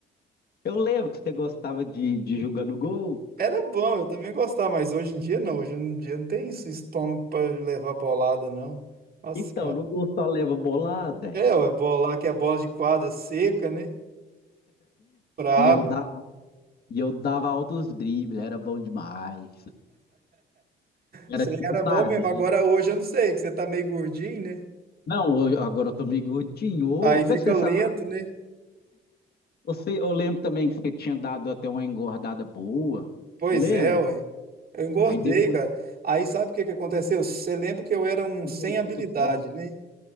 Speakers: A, on the left; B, on the right.
A: Eu lembro que você gostava de, de julgar no gol.
B: Era bom, eu também gostava, mas hoje em dia não. Hoje em dia não tem esse estômago pra levar bolada, não. Nossa
A: Então,
B: senhora.
A: no gol só leva bolada.
B: É, ué, bolar que é bola de quadra seca, né? Brabo.
A: E eu dava, e eu dava altos dribles, era bom demais. Era
B: Você
A: tipo
B: era
A: Tardelli.
B: bom mesmo. Agora hoje eu não sei, que você tá meio gordinho, né?
A: Não, eu- agora eu tô meio gordinho. Ô,
B: Aí
A: como
B: fica
A: é que você sabe?
B: lento, né?
A: Você, eu lembro também que você tinha dado até uma engordada boa.
B: Pois
A: Você lembra?
B: é, ué. Eu engordei,
A: Aí depois
B: cara. Aí sabe o que que aconteceu? Você lembra que eu era um
A: você
B: sem
A: voltou
B: habilidade,
A: com os hobbies.
B: né?